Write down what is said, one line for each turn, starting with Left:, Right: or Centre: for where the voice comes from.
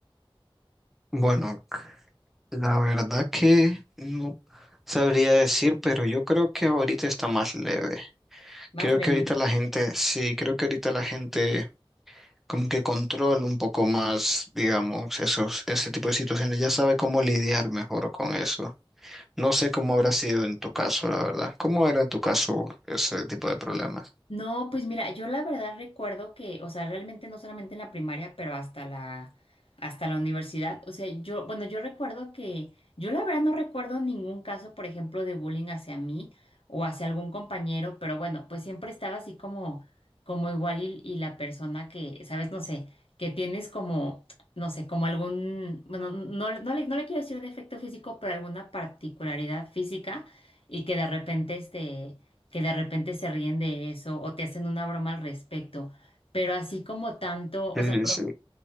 Centre: bueno, la verdad que no sabría decir, pero yo creo que ahorita está más leve.
Left: más
Centre: Creo
Left: leve.
Centre: que ahorita la gente, sí, creo que ahorita la gente como que controla un poco más, digamos, esos, ese tipo de situaciones. Ya sabe cómo lidiar mejor con eso. No sé cómo habrá sido en tu caso, la verdad. ¿Cómo era en tu caso ese tipo de problemas?
Left: No, pues mira, yo la verdad recuerdo que, o sea, realmente no solamente en la primaria, pero hasta la, hasta la universidad. O sea, yo, bueno, yo recuerdo que, yo la verdad no recuerdo ningún caso, por ejemplo, de bullying hacia mí o hacia algún compañero, pero bueno, pues siempre estaba así como, como igual y, y la persona que, sabes, no sé, que tienes como, no sé, como algún, bueno, no, no le, no le quiero decir defecto físico, pero alguna particularidad física y que de repente, este que de repente se ríen de eso o te hacen una broma al respecto, pero así como tanto, o
Centre: Sí,
Left: sea,
Centre: sí,